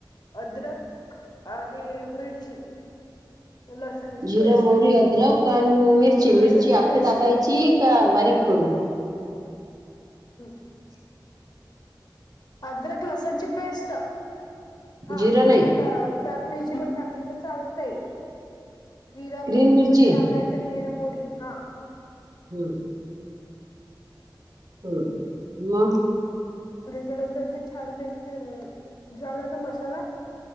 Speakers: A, on the left; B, on the right.
A: अदरक आणि मिरची. लसणची
B: जिरं,
A: पेस्ट
B: मोहरी, अदरक. कारली मिरची,
A: लसणची
B: मिरची आखी
A: पेस्ट
B: टाकायची का बारीक करू?
A: हम्.
B: ह.
A: अदरक-लसणाची पेस्ट, हा
B: जिरं नाही
A: आणि ल त्यात मिरची पण टाकली तर चालतंय? जिऱ्याच्या
B: ग्रीन
A: फोडणीमध्ये
B: मिरची
A: टाकायचं? जीरं, मोहरी, हं.
B: हम्म. हो म.
A: त्यानंतर ते छानपैकी झाला तो मसाला.